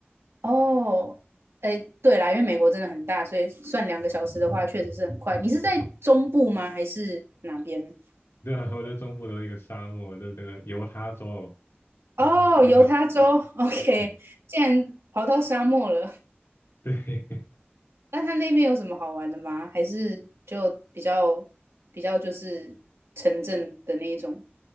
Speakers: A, on the right (about 80°); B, on the left (about 75°).
A: 哦，哎，对啦，因为美国真的很大，所以算两个小时的话，确实是很快。你是在中部吗？还是哪边？
B: 对啊，我在中部的一个沙漠，在这个犹他州，
A: 哦，
B: 就这么近
A: 犹他州，OK，
B: <laughs> 对
A: 竟然跑到沙漠了。
B: 对，
A: 那他那边有什么好玩的吗？还是就比较比较就是城镇的那一种